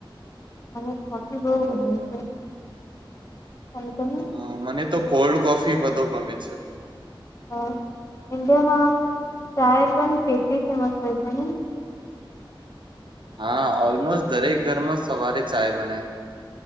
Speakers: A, on the left; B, on the right.
A: મને કોફી બહુ ગમે છે અને તને
B: હા, મને તો કોલ્ડ કોફી ફી વધુ ગમે છે
A: હા, એડિયામાં ચાય પણ કેટલી ફેમસ હોય છે ને
B: હા, ઓલમોસ્ટ દરેક ઘરમાં સવારે ચાય બને